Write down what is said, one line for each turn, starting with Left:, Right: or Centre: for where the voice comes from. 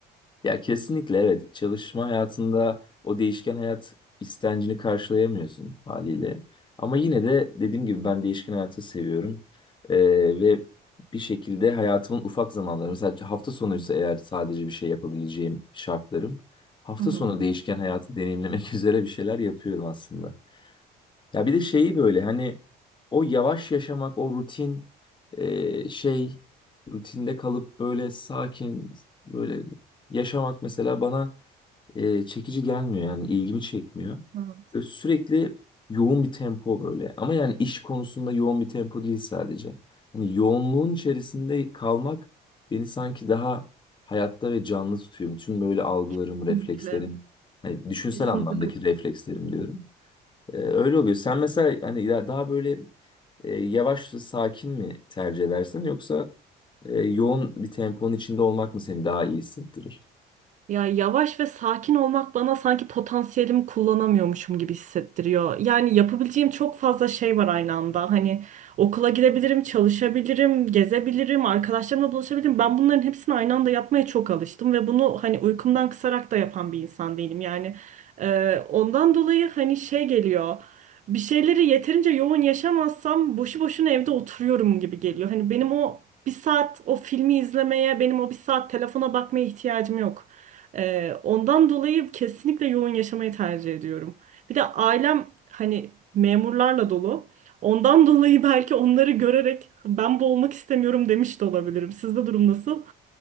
Left: Ya kesinlikle evet. Çalışma hayatında o değişken hayat istencini karşılayamıyorsun haliyle. Ama yine de dediğim gibi ben değişken hayatı seviyorum. Ee, ve bir şekilde hayatımın ufak zamanları mesela hafta sonuysa eğer sadece bir şey yapabileceğim şartlarım. Hafta
Right: Hı hı.
Left: sonu değişken hayatı deneyimlemek <laughs> üzere bir şeyler yapıyorum aslında. Ya bir de şeyi böyle hani o yavaş yaşamak, o rutin e, şey rutinde kalıp böyle sakin böyle yaşamak mesela bana e, çekici gelmiyor yani ilgimi çekmiyor.
Right: Evet,
Left: Böyle sürekli yoğun bir tempo böyle ama yani iş konusunda yoğun bir tempo değil sadece. Hani yoğunluğun içerisinde kalmak beni sanki daha hayatta ve canlı tutuyor. Bütün böyle algılarım,
Right: kesinlikle.
Left: reflekslerim, hani düşünsel
Right: Kesinlikle
Left: anlamdaki reflekslerim diyorum. Ee, öyle oluyor. Sen mesela hani ya- daha böyle e, yavaş sakin mi tercih edersin yoksa e, yoğun bir temponun içinde olmak mı seni daha iyi hissettirir?
Right: Ya yavaş ve sakin olmak bana sanki potansiyelimi kullanamıyormuşum gibi hissettiriyor. Yani yapabileceğim çok fazla şey var aynı anda. Hani okula gidebilirim, çalışabilirim, gezebilirim, arkadaşlarımla buluşabilirim. Ben bunların hepsini aynı anda yapmaya çok alıştım ve bunu hani uykumdan kısarak da yapan bir insan değilim. Yani e, ondan dolayı hani şey geliyor. Bir şeyleri yeterince yoğun yaşamazsam boşu boşuna evde oturuyorum gibi geliyor. Hani benim o bir saat o filmi izlemeye, benim o bir saat telefona bakmaya ihtiyacım yok. Ee, ondan dolayı kesinlikle yoğun yaşamayı tercih ediyorum. Bir de ailem hani memurlarla dolu. Ondan <laughs> dolayı belki onları görerek ben bu olmak istemiyorum demiş de olabilirim. Sizde durum nasıl?